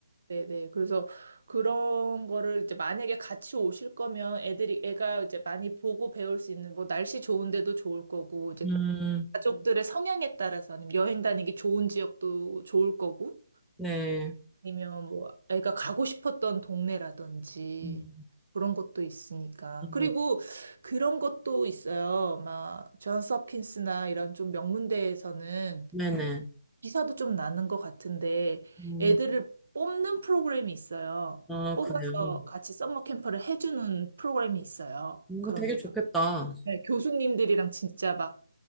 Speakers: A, on the right; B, in the centre.
A: 네네. 그래서 그런 거를 이제 만약에 같이 오실 거면 애들이 애가 이제 많이 보고 배울 수 있는 뭐 날씨 좋은 데도 좋을 거고 이제
B: 음.
A: 음. 가족들의 성향에 따라서 아니면 여행 다니기 좋은 지역도 좋을 거고
B: 네.
A: 아니면 뭐 애가 가고 싶었던 동네라든지
B: 음.
A: 그런 것도 있으니까.
B: 음,
A: 그리고 그런 것도 있어요. 막 존스 홉킨스나 이런 좀 명문대에서는
B: 네네.
A: 기사도 좀 나는 것 같은데
B: 음,
A: 애들을 뽑는 프로그램이 있어요.
B: 아,
A: 뽑아서
B: 그래요.
A: 같이 썸머 캠프를 해주는 프로그램이 있어요.
B: 뭐
A: 그런
B: 되게
A: 데서.
B: 좋겠다.
A: 네, 교수님들이랑 진짜 막